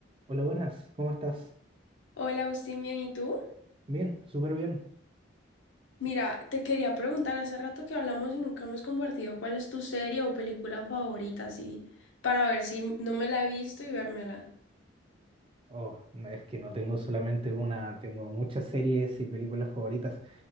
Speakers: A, on the right; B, on the left.
A: Hola, buenas, ¿cómo estás?
B: Hola Agustín, bien, ¿y tú?
A: Bien, súper bien.
B: Mira, te quería preguntar, hace rato que hablamos y nunca me has compartido cuál es tu serie o película favorita, así, para ver si no me la he visto y vérmela.
A: Oh, no, es que no tengo solamente una, tengo muchas series y películas favoritas.